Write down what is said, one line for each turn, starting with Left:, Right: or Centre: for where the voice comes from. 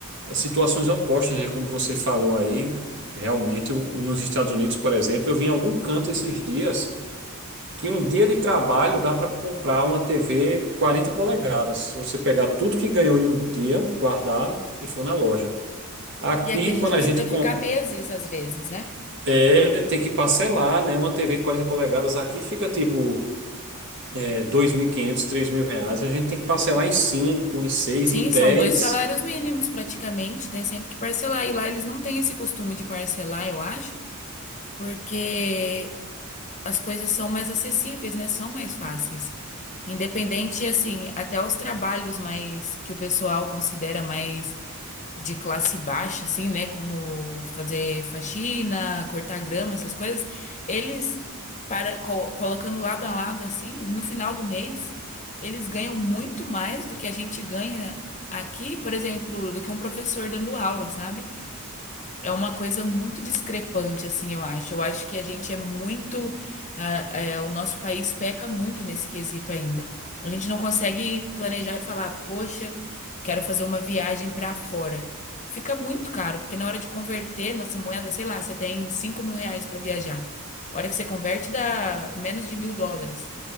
Right: as situações opostas, né, como você falou aí. Realmente, o, o- nos Estados Unidos, por exemplo, eu vi em algum canto esses dias que um dia de trabalho dá para comprar uma TV 40 polegadas. Se você pegar tudo que ganhou em um dia, guardar e for na loja. Aqui,
Left: E aqui a gente
Right: quando a
Left: precisa
Right: gente com-
Left: ficar meses, às vezes, né?
Right: É, tem que parcelar, né? Uma TV de 40 polegadas aqui fica tipo é, dois mil e quinhentos, três mil reais. A gente tem que parcelar em 5 em 6
Left: Sim,
Right: em dez
Left: são dois salários mínimos praticamente, tem sempre que parcelar. E lá eles não têm esse costume de parcelar, eu acho. porque as coisas são mais acessíveis, né? São mais fáceis. Independente, assim, até os trabalhos mais que o pessoal considera mais de classe baixa, assim, né? Como fazer faxina, cortar grama, essas coisas, eles para co- colocando lado a lado, assim, no final do mês, eles ganham muito mais do que a gente ganha aqui, por exemplo, do que um professor dando aula, sabe? É uma coisa muito discrepante, assim, eu acho. Eu acho que a gente é muito. ah, é, o nosso país peca muito nesse quesito ainda. A gente não consegue planejar e falar, poxa, quero fazer uma viagem pra fora. Fica muito caro, porque na hora de converter nossa moeda, sei lá, você tem cinco mil reais pra viajar. A hora que você converte, dá menos de mil dólares.